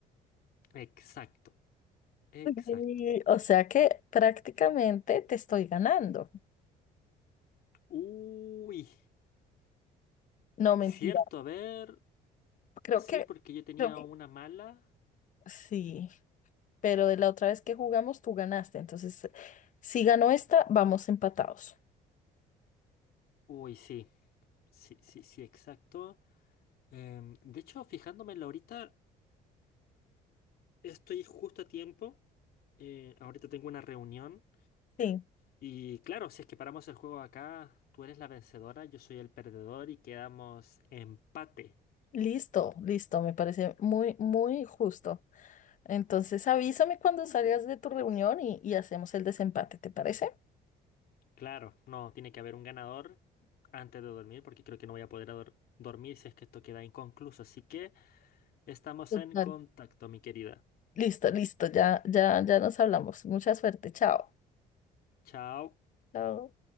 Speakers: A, on the left; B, on the left.
A: exacto, exacto.
B: Y, o sea que prácticamente te estoy ganando.
A: Uy,
B: No, mentira.
A: cierto, a ver,
B: Creo
A: sí,
B: que,
A: porque yo tenía
B: creo que
A: una mala.
B: sí, pero de la otra vez que jugamos tú ganaste. Entonces, si ganó esta, vamos empatados.
A: Uy, sí, sí, sí, sí, exacto. Em, de hecho, fijándome en la ahorita, estoy justo a tiempo. Eh, ahorita tengo una reunión.
B: Sí,
A: Y claro, si es que paramos el juego acá, tú eres la vencedora, yo soy el perdedor y quedamos empate.
B: listo, listo. Me parece muy, muy justo. Entonces, avísame cuando salgas de tu reunión y, y hacemos el desempate, ¿te parece?
A: Claro, no, tiene que haber un ganador antes de dormir porque creo que no voy a poder ador- dormir si es que esto queda inconcluso. Así que estamos
B: Total.
A: en contacto, mi querida.
B: Listo, listo, ya, ya, ya nos hablamos. Mucha suerte, chao.
A: Chao.
B: Chao.